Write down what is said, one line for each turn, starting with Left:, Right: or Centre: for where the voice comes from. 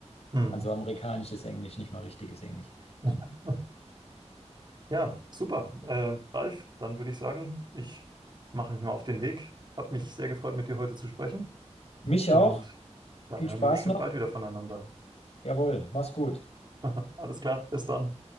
Right: Hm.
Left: Also amerikanisches Englisch, nicht mal richtiges Englisch.
Right: <laughs> Ja, super. Äh, Ralf, dann würde ich sagen, ich mache mich mal auf den Weg. Hat mich sehr gefreut, mit dir heute zu sprechen.
Left: Mich
Right: Und
Left: auch.
Right: dann
Left: Viel
Right: hören
Left: Spaß
Right: wir bestimmt
Left: noch.
Right: bald wieder voneinander.
Left: Jawohl, mach's gut.
Right: <laughs> Alles klar, bis dann.